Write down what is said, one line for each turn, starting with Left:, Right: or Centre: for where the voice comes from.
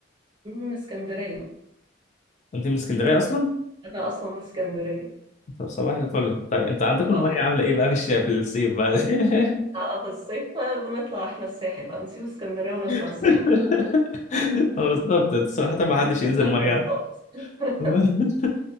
Right: أنا من اسكندرية
Left: انت من اسكندرية اصلا
Right: انا اصلا من اسكندرية
Left: طب صباح الفل طيب انت عندكم
Right: آه.
Left: المية عاملة ايه بقى في الش- في الصيف بقى <laughs>
Right: آه، في الصيف بقى بنطلع احنا الساحل بقى بنسيب اسكندرية ونطلع
Left: <laughs>
Right: الساحل
Left: هو بالظبط صراحة ما حدش
Right: نسيبها
Left: ينزل مية
Right: لهم خالص <laughs>
Left: <laughs>